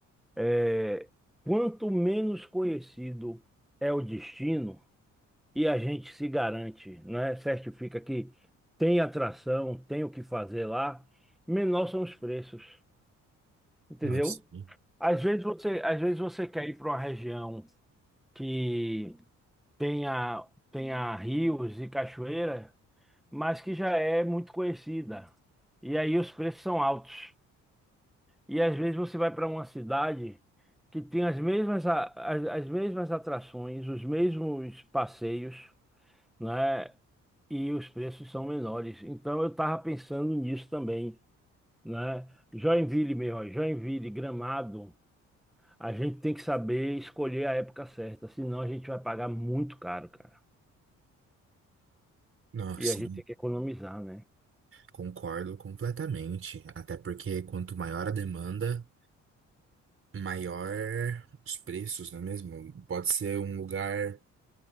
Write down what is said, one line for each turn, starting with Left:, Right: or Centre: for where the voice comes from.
Centre: É, quanto menos conhecido é o destino, e a gente se garante, né? Certifica que tem atração, tem o que fazer lá, menor são os preços, entendeu?
Right: Não, sim.
Centre: Às vezes você, às vezes você quer ir para uma região que tenha, tenha rios e cachoeira, mas que já é muito conhecida. E aí os preços são altos. E às vezes você vai para uma cidade que tem as mesmas, a- as, as mesmas atrações, os mesmos passeios, né? E os preços são menores. Então eu estava pensando nisso também, né? Joinville, meu, ó, Joinville, Gramado, a gente tem que saber escolher a época certa, senão a gente vai pagar muito caro, cara.
Right: Não,
Centre: E
Right: sim.
Centre: a gente tem que economizar, né?
Right: Concordo completamente. Até porque quanto maior a demanda, maior os preços, não é mesmo? Pode ser um lugar